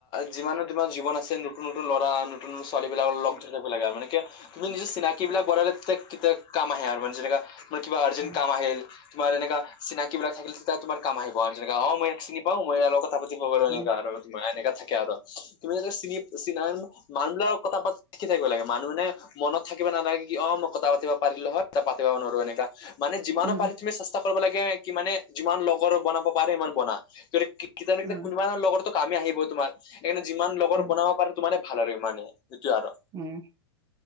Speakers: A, on the left; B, on the right.
A: যিমানো তোমাৰ জীৱনত ছে নতুন - নতুন ল'ৰা, নতুন - নতুন ছোৱালীবিলাকক লগ লব লাগে আৰু মানে কিয় তুমি নিজৰ চিনাকিবিলাক বহালে কে কেতিয়া কাম আহে আৰু মানে যেনেকা তোমাৰ কিবা আৰ্জেন্ট
B: উম
A: কাম আহিল তোমাৰ এনেকা চিনাকিবিলাক থাকিলে তেতিয়া তোমাৰ কাম আহিব আ যেনেকা অ মই ইয়াক চিনি পাও মই ইয়াৰ লগ কথা পাতিব পাৰো এনেকা
B: উম
A: আৰু এনেকা থাকে আৰু তুমি যেনে চিনি চিনান মানুহবিলাকৰ কথা পাত তি থাকিব লাগে মানুহে মনত থাকিব নালাগে কি অ মই কথা পাতিব পাৰিলো হয় এতিয়া পাতিব নোৱাৰো এনেকা। মানে যিমানৰ
B: উম
A: পাৰি তুমি চেষ্টা কৰিব লাগে কি মানে যিমান লগৰ বনাব পাৰে সিমান বনা, যদি কি কিজানি কেতিয়া
B: উম
A: কেনোবাদিনা লগৰটো কামে আহিব তোমাৰ সেইকাৰণে যিমান লগৰ
B: উম
A: বনাব পাৰি তো মানে ভাল আৰু ইমানে। এইটোৱে আৰু,
B: উম